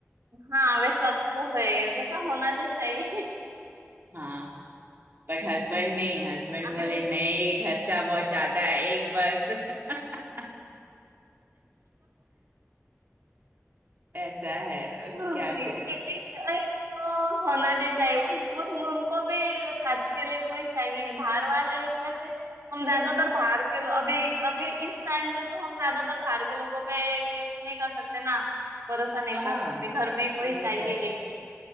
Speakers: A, on the right (about 70°); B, on the right (about 45°).
A: हाँ वैसा तो है वैसा होना भी चाहिए <laughs>
B: <laughs> हाँ बट हस्बैंड नहीं हस्बैंड
A: अभी
B: बोले नहीं खर्चा बहुत ज्यादा है एक बस <laughs> ऐसा है
A: हम
B: क्या
A: भी
B: करें
A: एक एक तो होना भी चाहिए उन, उन- उनको भी साथ के लिए कोई चाहिए बाहर वाले कैसे हम ज्यादातर बाहर के लो- अभी अभी इस टाइम पे तो हम ज्यादातर बाहर के लोगों पे ये नहीं कर सकते ना भरोसा नहीं
B: हाँ
A: कर सकते घर में कोई
B: नहीं
A: चाहिए
B: कर सकते